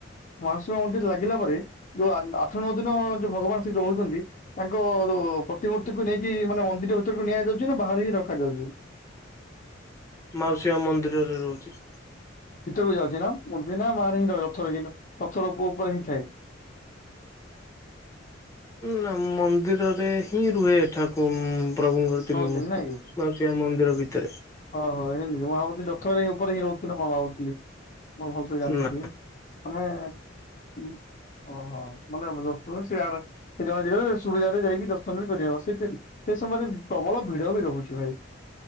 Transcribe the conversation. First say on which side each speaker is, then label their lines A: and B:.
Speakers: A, on the left (about 40°); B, on the left (about 15°).
A: ମାଉସୀ ମା ମନ୍ଦିର ଲାଗିଲା ପରେ ଯୋଉ ଆ ଆଠ ନଅ ଦିନ ଯୋଉ ଭଗବାନ ସେ ରହୁଛନ୍ତି ତାଙ୍କ ରୋ ପ୍ରତିମୂର୍ତ୍ତିକୁ ନେଇକି ମାନେ ମନ୍ଦିର ଭିତରକୁ ନିଆଯାଉଛି ନା ବାହାରେ ହିଁ ରଖାଯାଉଛି।
B: ମାଉସୀ ମା ମନ୍ଦିରରେ ରହୁଛି।
A: ଭିତରକୁ ଯାଉଛି ନା, ମୁଣ୍ଡି ନା ମାରେ ହିଁ ରହ ରଥରେ ହିଁ ରଥ ରୂପ ଉ ଉପରେ ହିଁ ଥାଏ।
B: ନା ମନ୍ଦିରରେ ହିଁ ରୁହେ ଠାକୁ ପ୍ରଭୁଙ୍କର ତିନିମୂର୍ତ୍ତି।
A: ନଅ ଦିନ ନାଇଁ କି?
B: ମାଉସି ମା ମନ୍ଦିର ଭିତେରେ।
A: ହଁ, ହଁ ଏମତି ମୁଁ ଭାବୁଥିଲି ରଥରେ ହିଁ ଉପରେ ହିଁ ରହୁଥିଲ ନା କଣ ଭାବୁଥିଲି ମୁଁ ଭଲସେ ଜାଣିିନଥିଲି।
B: ନା
A: ଆମେ ଉଁ ଓହୋ ମାନେ <unintelligible> ସେ ଆର ସେ <unintelligible> ସୁବିଧରେ ଯାଇକି ଦର୍ଶନ ବି କରିହବ ସେତେ ସେ ସମୟରେ ପ୍ରବଳ ଭିଡ ଭିଡ ହଉଛି ଭାଇ।